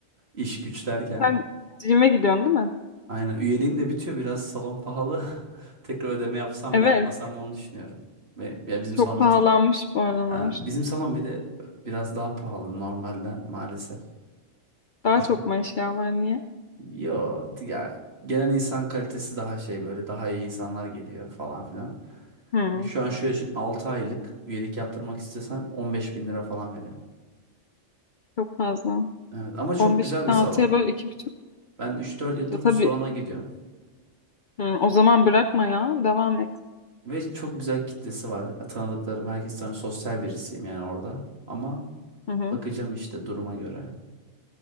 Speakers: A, on the right; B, on the left.
A: İş güç derken.
B: Sen gym'e gidiyorsun değil mi?
A: Aynen üyeliğim de bitiyor biraz salon pahalı. <laughs> Tekrar ödeme yapsam
B: Evet.
A: mı yapmasam mı onu düşünüyorum. Ve ya bizim
B: Çok
A: salon
B: pahalanmış
A: bir tık
B: bu aralar.
A: Ha, bizim salon bir de biraz daha pahalı normalden maalesef.
B: Daha
A: Hoş
B: çok
A: mu?
B: mu eşya var niye?
A: Yo ya gelen insan kalitesi daha şey böyle daha iyi insanlar geliyor falan filan.
B: Hı,
A: E, Şu an şöyle düşün 6 aylık üyelik yaptırmak istesen 15 bin lira falan veriyor.
B: çok fazla.
A: Evet ama çok
B: 15
A: güzel
B: bin
A: bir salon.
B: altıya böyle iki buçuk.
A: Ben üç dört yıldır
B: Ya tabii
A: bu salona gidiyorum.
B: hı, o zaman bırakma ya. Devam et.
A: Ve çok güzel kitlesi var. Ya, Tanıdıklarım herkes Sosyal birisiyim yani orada. Ama
B: Hı hı.
A: bakacağım işte duruma göre.